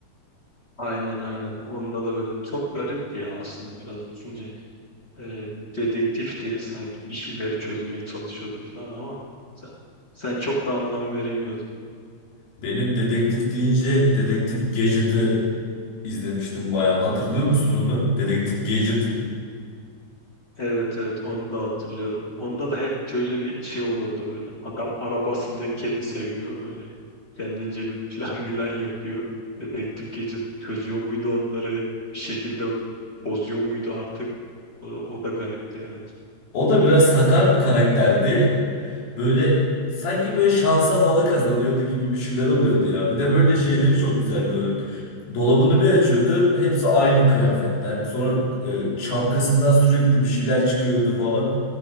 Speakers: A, on the left (about 75°); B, on the left (about 60°).
A: Aynen aynen. Onda da böyle çok garipti ya aslında biraz düşünce. Ee, bir dedektifti. Sanki bir şeyleri çözmeye çalışıyordu falan ama sen, sen çok da anlam veremiyordun.
B: Benim dedektif deyince Dedektif Gadget'ı izlemiştim bayağı. Hatırlıyor musun onu? Dedektif Gadget.
A: Evet evet onu da hatırlıyorum. Onda da hep şöyle bir şey olurdu böyle. Adam arabasında kedi seviyor böyle. Kendince bir plan <laughs> milan yapıyor. Dedektif gece çözüyor muydu onları? Bir şekilde bozuyor muydu artık? O, o da garipti evet.
B: O da biraz sakar bir karakterdi. Böyle sanki böyle şansa bala kazanıyordu gibi bir şeyler oluyordu ya. Bir de böyle şeyleri çok güzeldi onun. Dolabını bir açıyordu. Hepsi aynı kıyafetten. Sonra e, şapkasından sürekli bir şeyler çıkıyordu falan.